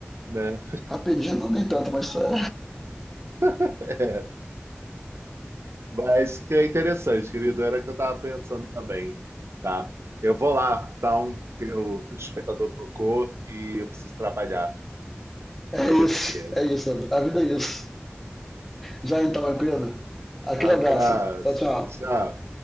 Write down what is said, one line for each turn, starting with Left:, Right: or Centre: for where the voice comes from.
Right: né?
Centre: Rapidinho não nem tanto, mas é,
Right: <laughs> É. Mas que é interessante, querido, era o que eu estava pensando também, tá? Eu vou lá, então, que o despertador tocou e eu preciso trabalhar.
Centre: é
Right: Fazer
Centre: isso,
Right: o quê?
Centre: é isso, a vida é isso. Já então, meu querido, aquele
Right: Abraço.
Centre: abraço, tchau, tchau.
Right: Tchau.